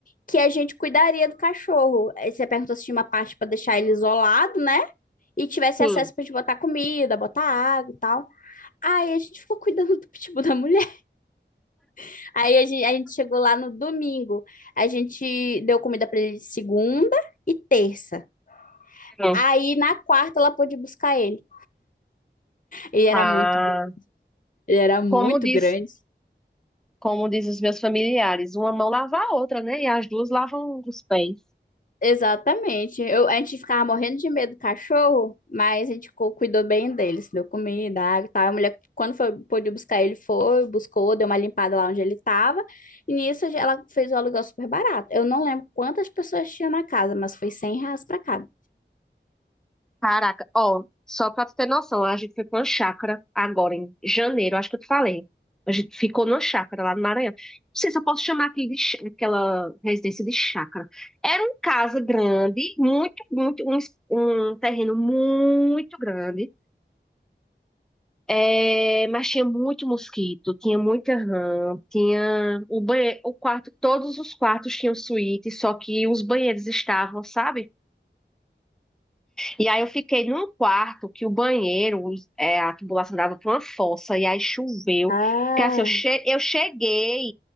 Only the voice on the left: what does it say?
que a gente cuidaria do cachorro. Aí você perguntou se tinha uma parte para deixar ele isolado, né? e tivesse
acesso pra gente botar comida, botar água e tal. Aí a gente ficou cuidando do pitbull da mulher. <laughs> Aí a gente, a gente chegou lá no domingo. A gente deu comida pra ele segunda e terça.
Aí na quarta ela pôde buscar ele. Ele
era muito grande. Ele era muito
grande.
Exatamente. Eu, a gente ficava morrendo de medo do cachorro, mas a gente cu- cuidou bem deles deu comida, água e tal. A mulher, quando foi, pôde buscar ele, foi, buscou, deu uma limpada lá onde ele estava. E nisso ela fez o aluguel super barato. Eu não lembro quantas pessoas tinham na casa, mas foi 100 reais pra cada.
Ah,